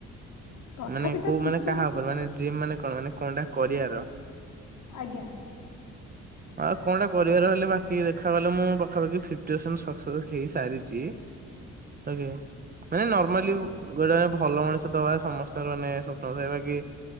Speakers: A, on the left; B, on the right.
A: ତଥାପି
B: ମାନେ
A: ତ
B: କୋଉ
A: କିଛି
B: ମାନେ କାହା
A: ଗୋ
B: ଉପରେ ମାନେ ଡ୍ରମି ମାନେ କଣ ମାନେ କଣ ଟା କରିବାର।
A: ଆଜ୍ଞା <inaudible>
B: ଆଉ କଣଟା କରିବାର ହେଲେ ବାକି ଦେଖାଗଲେ ମୁଁ ପାଖାପାଖି ଫିପ୍ଟି ପରସେଣ୍ଟ ସକ୍ସେସ ହେଇସାରିଛି।
A: <inaudible>
B: ଆଜ୍ଞା ନା ନାଇଁ ନର୍ମାଲି
A: ଆଜ୍ଞା
B: ଗୋଟେ ଭଲ ମଣିଷ ଦବା ସମସ୍ତେ ଚଳନିୟ ସତ କଥା କହିବା କି